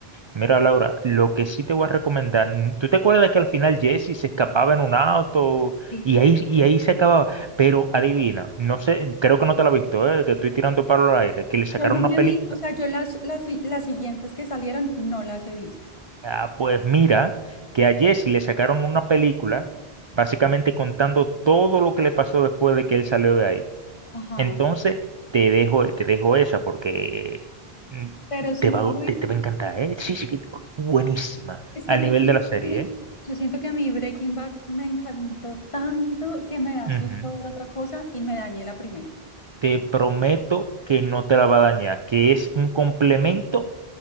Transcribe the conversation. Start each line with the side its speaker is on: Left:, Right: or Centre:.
Right: Mira, Laura, lo que sí te voy a recomendar, n- ¿tú te acuerdas que al final Jesse se escapaba en un auto
Left: Sí.
Right: y ahí, y ahí se acababa? Pero adivina, no sé, creo que no te la has visto, ¿eh? que estoy tirando palo al aire, que le sacaron
Left: Yo no
Right: una
Left: me
Right: película.
Left: vi, o sea, yo las, las, las siguientes que salieron no las he visto.
Right: Ah, pues mira, que a Jesse le sacaron una película, básicamente contando todo lo que le pasó después de que él salió de ahí.
Left: Ajá.
Right: Entonces, te dejo, te dejo esa porque mm,
Left: Pero sí
Right: te
Left: está
Right: va, a-
Left: bueno.
Right: te, te va a encantar, ¿eh? Sí, sí, que- buenísima.
Left: Es
Right: Al
Left: que yo
Right: nivel
Left: siento
Right: de la serie,
Left: que,
Right: ¿eh?
Left: yo siento que a mí Breaking Bad me encantó tanto que me da
Right: Ujú.
Left: susto ver otra cosa y me dañé la primera.
Right: Te prometo que no te la va a dañar, que es un complemento